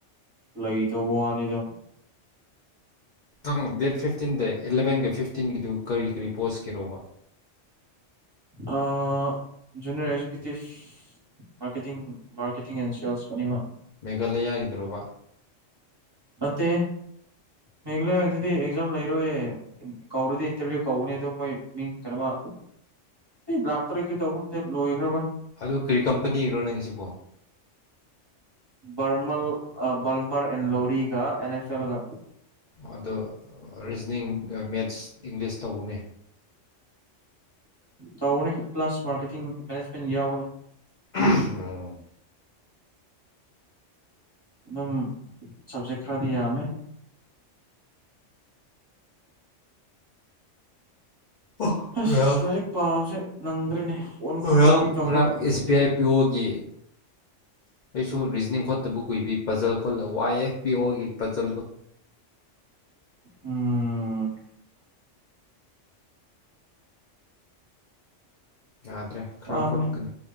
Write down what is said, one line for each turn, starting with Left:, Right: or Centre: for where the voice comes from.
Right: ꯂꯩꯏ ꯇ ꯋꯥꯅꯤꯗ
Left: ꯇꯪ ꯗꯦꯠ ꯐꯤꯐꯇꯤꯟꯗ ꯑꯦꯂꯚꯦꯟꯒ ꯐꯤꯐꯇꯤꯟꯒꯤꯗꯨ ꯀꯔꯤ ꯀꯔꯤ ꯄꯣꯁꯀꯤꯔꯣꯕ
Right: ꯑꯥ junior executive. Marketing marketing and sales ꯑꯅꯤꯃꯛ
Left: ꯃꯦꯘꯥꯂꯌꯥꯒꯤꯗꯨꯔꯣꯕ
Right: ꯅꯠꯇꯦ ꯃꯦꯘꯥꯂꯌꯥꯒꯤꯗꯨꯗꯤ ꯑꯦꯛꯖꯥꯝ ꯂꯩꯔꯣꯏꯌꯦ ꯀꯧꯔꯗꯤ ꯏꯟꯇꯔꯚꯤꯌꯨ ꯀꯧꯒꯅꯤ ꯑꯗꯨ ꯃꯣꯏ ꯃꯤꯡ ꯀꯩꯅꯣꯃ ꯂꯥꯛꯇꯔꯦ ꯀꯩꯗꯧ ꯈꯪꯗꯦ ꯂꯣꯏꯈ꯭ꯔꯕ
Left: ꯑꯗꯨ ꯀꯔꯤ ꯀꯝꯄꯅꯤꯒꯤꯅꯣ ꯅꯪꯁꯤꯕꯣ
Right: ꯄꯔꯃꯜ ꯑ ꯄꯜꯃꯔ ꯑꯦꯟ ꯂꯣꯔꯤꯒ ꯑꯦꯟꯑꯦꯐꯁꯦꯜꯒ
Left: ꯑꯗꯣ ꯔꯤꯖꯅꯤꯡ ꯒ ꯃꯦꯠꯁ ꯏꯪꯂꯤꯁ ꯇꯧꯋꯣꯅꯦ
Right: ꯇꯧꯔꯅꯤ ꯄ꯭ꯂꯁ ꯃꯥꯔꯀꯦꯠꯇꯤꯡ ꯃꯦꯅꯦꯖꯃꯦꯟ ꯌꯥꯎꯒꯅꯤ
Left: ꯑꯣ <inaudible>
Right: ꯎꯝ ꯁꯕꯖꯦꯛ ꯈꯔꯗꯤ ꯌꯥꯝꯃꯦ
Left: ꯑꯣ
Right: ꯑꯁ
Left: ꯉꯔꯥꯡ
Right: ꯂꯥꯏꯔꯤꯛ ꯄꯥꯕꯁꯦ ꯅꯪꯗ꯭ꯔꯦꯅꯦ ꯐꯣꯟ ꯈꯛꯇ
Left: ꯔꯥꯡ
Right: ꯋꯥꯔꯤ ꯇꯧꯔꯒ
Left: ꯉꯔꯥꯡ ꯑꯦꯁ ꯕꯤ ꯑꯥꯏ ꯄꯤꯌꯣꯒꯤ ꯑꯩꯁꯨ ꯔꯤꯖꯅꯤꯡ ꯈꯣꯠꯇꯕ ꯀꯨꯏꯕꯤ ꯄꯖꯜ ꯈꯣꯠꯂꯒ ꯋꯥꯏꯌꯦ ꯄꯤ ꯑꯣꯒꯤ ꯄꯖꯜꯗꯣ
Right: ꯎꯝ
Left: ꯌꯥꯗ꯭ꯔꯦ ꯈꯔ
Right: ꯋꯥꯕꯅꯦ
Left: ꯈꯣꯠꯀꯅꯤ